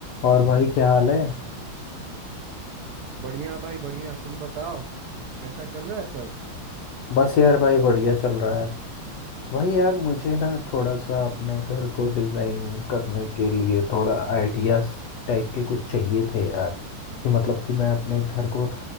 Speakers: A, on the left; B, on the right.
A: और भाई क्या हाल है
B: बढ़िया भाई बढ़िया तुम बताओ कैसा चल रहा है सब
A: बस यार भाई बढ़िया चल रहा है भाई यार मुझे ना थोड़ा सा अपने घर को डिजाइन करने के लिए थोड़ा आइडियाज टाइप के कुछ चाहिए थे यार कि मतलब कि मैं अपने घर को